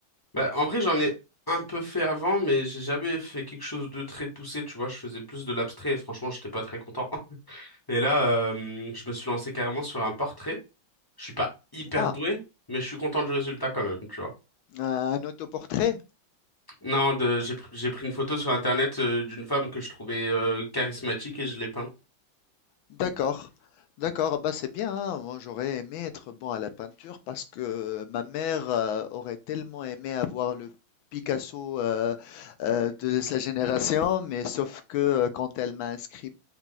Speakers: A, on the left; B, on the left.
A: Bah, en vrai j'en ai un peu fait avant mais j'ai jamais fait quelque chose de très poussé, tu vois, je faisais plus de l'abstrait et franchement j'étais pas très content. <laughs> Et là euh, je me suis lancé carrément sur un portrait, je suis pas hyper
B: Ah,
A: doué mais je suis content du résultat quand même, tu vois.
B: euh, un autoportrait?
A: Non, de, j'ai, pr- j'ai pris une photo sur internet euh, d'une femme que je trouvais euh, charismatique et je l'ai peinte.
B: D'accord, d'accord. Bah, c'est bien, hein. Moi, j'aurais aimé être bon à la peinture parce que ma mère, heu, aurait tellement aimé avoir le Picasso, heu heu, de sa génération, mais sauf que, heu, quand elle m'a inscrit